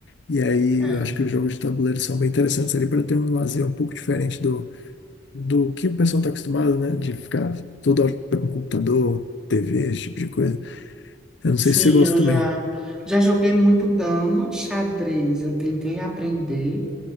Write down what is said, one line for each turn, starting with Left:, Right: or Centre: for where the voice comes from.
Left: E aí
Centre: É.
Left: eu acho que os jogos de tabuleiro são bem interessantes ali para ter um lazer um pouco diferente do que o pessoal está acostumado, né? De ficar toda hora com computador, TV, esse tipo de coisa. Eu não
Centre: Sim,
Left: sei se você gosta
Centre: eu já
Left: também.
Centre: já joguei muito dama, xadrez. Eu tentei aprender,